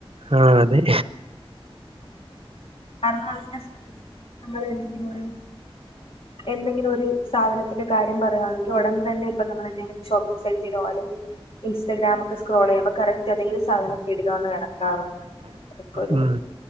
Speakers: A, on the right; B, on the left.
A: ആഹ് അതെ
B: <unintelligible> നമ്മൾ എന്തെങ്കിലും ഒരു എന്തെങ്കിലും ഒരു സാധനത്തിന്റെ കാര്യം പറയുകയാണെങ്കിൽ ഉടൻ തന്നെ ഇപ്പ നമ്മൾ എന്തേലും ഷോപ്പിംഗ് സൈറ്റിലോ അല്ലെങ്കിൽ ഇൻസ്റ്റഗ്രാമൊക്കെ സ്ക്രോൾ ചെയ്യുമ്പോ കറക്റ്റ് അതേ സാധനം ഫീഡിൽ വന്ന് കിടക്കാറുണ്ട് അതൊക്കെ ഒരു
A: ഉം